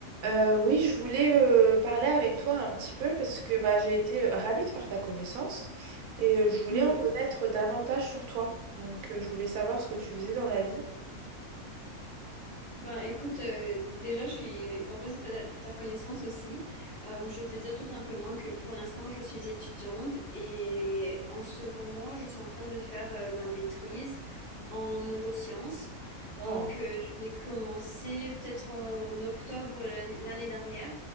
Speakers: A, on the right; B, on the left.
A: Euh, oui, je voulais euh, parler avec toi un petit peu parce que bah, j'ai été euh, ravie de faire ta connaissance et euh, je voulais
B: Mhm.
A: en connaître davantage sur toi. Donc, euh, je voulais savoir ce que tu faisais dans la vie.
B: Ben écoute, euh, déjà je suis heureuse de faire ta ta connaissance aussi. Euh, je vais te dire tout simplement que pour l'instant je suis étudiante et en ce moment je suis en train de faire euh, ma maîtrise en neurosciences.
A: Wow.
B: Donc euh, je l'ai commencé peut-être en octobre l'an- l'année dernière